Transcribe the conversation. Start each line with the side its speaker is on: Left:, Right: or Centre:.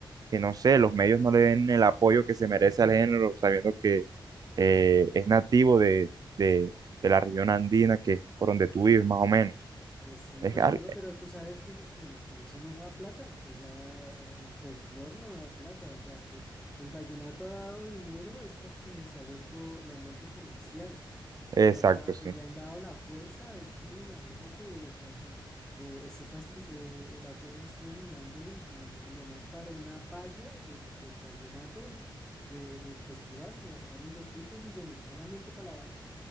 Right: que, no sé, los medios no le den el apoyo que se merece al género, sabiendo que eh, es nativo de, de, de la región andina, que es por donde tú vives, más o menos.
Centre: Pues sí,
Right: Es,
Centre: Juan
Right: al-
Centre: Diego, pero tú sabes que, que, que eso no da plata, o sea, el folclore no da plata, o sea, eh, el vallenato ha dado dinero es porque se ha vuelto, lo han vuelto comercial
Right: exacto,
Centre: y le han dado,
Right: sí.
Centre: y le han dado la fuerza, es que imagínate, o sea, son- eh, ese fasti- eh, la otra vez estuve mirando y, y- y nomás para una valla del, del vallenato de- del festival se gastaron 200 millones solamente para la valla.